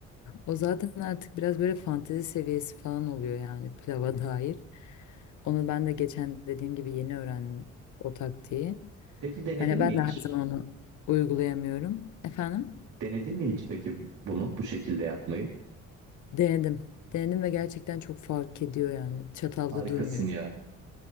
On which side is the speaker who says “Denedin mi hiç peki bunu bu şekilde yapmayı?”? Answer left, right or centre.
Right